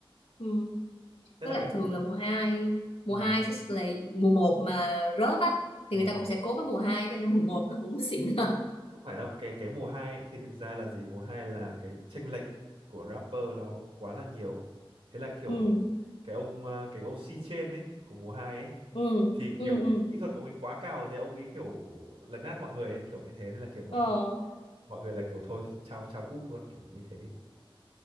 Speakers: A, on the left; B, on the right.
A: ừ.
B: nhất
A: Với
B: là
A: lại
B: cái mùa
A: thường là mùa hai mùa
B: ừ.
A: hai sẽ là mùa một mà rớt á thì
B: ừ.
A: người ta cũng sẽ cố cái mùa hai cho nên mùa một nó cũng <laughs> xịn hơn.
B: không phải đâu cái cái mùa hai ấy thì thực ra là gì mùa hai là cái chênh lệch của rapper nó quá là nhiều thế là kiểu
A: Ừ,
B: cái ông à, cái ông C trên ấy của mùa hai ấy
A: ừ,
B: thì
A: ừ,
B: kiểu
A: ừ.
B: cái kỹ thuật của ông ấy quá cao rồi thế ông ấy kiểu lấn át mọi người ấy, kiểu như thế nên là kiểu mọi
A: Ờ.
B: mọi người là kiểu thôi chào chào cúp luôn kiểu như thế